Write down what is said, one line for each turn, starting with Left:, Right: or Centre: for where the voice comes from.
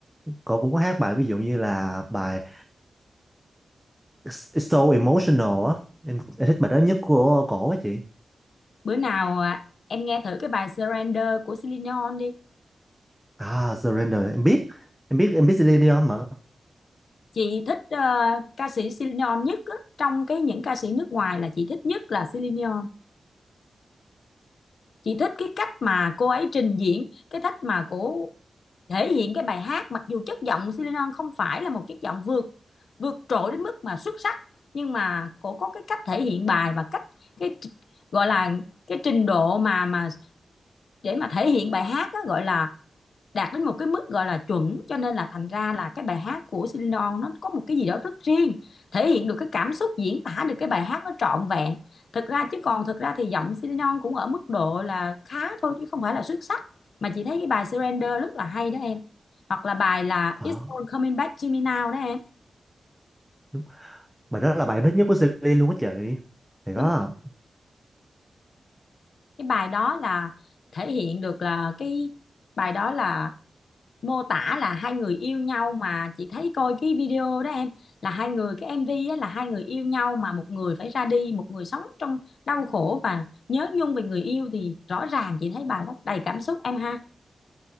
Centre: Cô cũng có hát bài ví dụ như là bài It's So Emotional á. Em, em thích bài đó nhất của cổ á chị.
Left: Bữa nào à, em nghe thử cái bài Surrender của Celine Dion đi.
Centre: À Surrender em biết. Em biết em biết Celine Dion mà.
Left: Chị thích ờ, ca sĩ Celine Dion nhất á, trong cái những ca sĩ nước ngoài là chị thích nhất là Celine Dion. Chị thích cái cách mà cô ấy trình diễn, cái cách mà cô thể hiện cái bài hát mặc dù chất giọng Celine Dion không phải là một chất giọng vượt vượt trội đến mức mà xuất sắc nhưng mà cô có cái cách thể hiện bài và cách cái tr- gọi là cái trình độ mà mà để mà thể hiện bài hát á, gọi là đạt đến một cái mức gọi là chuẩn cho nên là thành ra là cái bài hát của Celine Dion nó có một cái gì đó rất riêng thể hiện được cái cảm xúc diễn tả được cái bài hát nó trọn vẹn thực ra chứ còn thực ra thì giọng Celine Dion cũng ở mức độ là khá thôi chứ không phải là xuất sắc mà chị thấy cái bài Surrender rất là hay đó em hoặc là bài là
Centre: Ờ
Left: It's All Coming Back to Me Now đó em
Centre: đúng. Bài đó là bài em thích nhất của Celine luôn á chị. Thì
Left: đúng
Centre: đó.
Left: cái bài đó là thể hiện được là cái bài đó là mô tả là hai người yêu nhau mà chị thấy coi cái video đó em là hai người cái MV á, là hai người yêu nhau mà một người phải ra đi một người sống trong đau khổ và nhớ nhung về người yêu thì rõ ràng chị thấy bài đó đầy cảm xúc em ha